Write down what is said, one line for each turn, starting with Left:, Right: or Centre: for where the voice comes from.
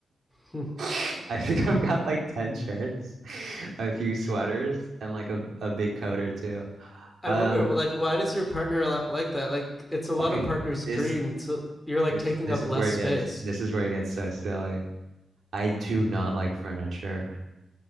Centre: Hmm.
Right: <laughs> I think I've got like 10 shirts, <laughs> a few sweaters, and like a, a big coat or two.
Centre: I
Right: Oh, Um,
Centre: wonder, like, why does your partner li- like that? Like, it's a lot
Right: okay,
Centre: of partners' dream
Right: this
Centre: to. You're like
Right: this
Centre: taking
Right: this
Centre: up
Right: is
Centre: less
Right: where
Centre: space.
Right: it gets this is where it gets so silly. I do not like furniture.